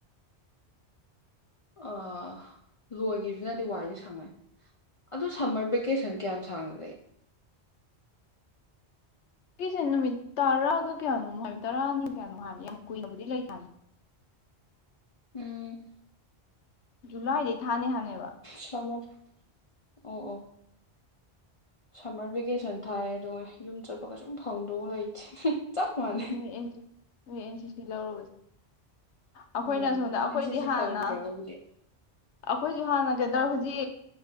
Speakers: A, on the left; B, on the left.
A: ꯑ ꯂꯣꯏꯈꯤꯕꯁꯤꯅꯗꯤ ꯋꯥꯏꯗꯤ ꯁꯪꯉꯦ ꯑꯗꯨ ꯁꯝꯃꯔ ꯕꯔꯦ ꯀꯦꯁꯟ ꯀꯌꯥꯝ ꯁꯥꯡꯅ ꯂꯩ
B: ꯁꯤꯁꯦ ꯅꯨꯃꯤꯠ ꯇꯔꯥꯒ ꯀꯌꯥꯅꯣ ꯍꯥꯏꯕ ꯇꯔꯥꯅꯤ ꯀꯌꯥꯅꯣ ꯍꯥꯏꯕꯅꯤ ꯌꯥꯝ ꯀꯨꯏꯅꯕꯨꯗꯤ ꯂꯩꯇꯝꯅꯦ
A: ꯎꯝ
B: ꯖꯨꯂꯥꯏꯗꯩ ꯊꯅꯤ ꯍꯅꯦꯕ
A: ꯁꯝꯃꯔ ꯑꯣ ꯑꯣ ꯁꯝꯃꯔ ꯚꯦꯀꯦꯁꯟ ꯊꯥꯏ ꯑꯗꯨꯒꯥꯏ ꯌꯨꯝ ꯆꯠꯄ ꯀꯩ ꯁꯨꯝ ꯐꯪꯗꯧ ꯂꯩꯇꯦ ꯆꯞ ꯃꯥꯟꯅꯩ
B: ꯎꯝ ꯍꯣꯏ ꯑꯦꯟ ꯍꯣꯏ ꯑꯦꯟ ꯁꯤ ꯁꯤ ꯂꯧꯔꯨꯕꯁꯤ ꯑꯩꯈꯣꯏꯅ
A: ꯎꯝ
B: ꯁꯣꯝꯗ ꯑꯩꯈꯣꯏꯗꯤ
A: ꯑꯦꯟ ꯁꯤ ꯁꯤ
B: ꯍꯥꯟꯅ
A: ꯇꯧꯗ꯭ꯔꯒꯕꯨꯗꯤ
B: ꯑꯩꯈꯣꯏꯁꯨ ꯍꯥꯟꯅ ꯀꯩꯇꯧꯔꯖꯤ ꯁꯤ